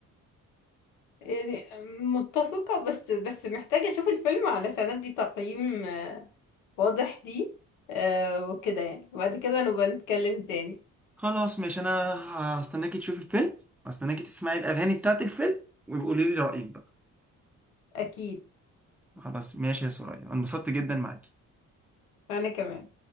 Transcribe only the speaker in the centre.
خلاص ماشي انا هستناكي تشوفي الفيلم هستناكي تسمعي الاغاني بتاعت الفيلم وقولي لي رايك بقى
خلاص ماشي يا سوريا أنا انبسطت جدا معاك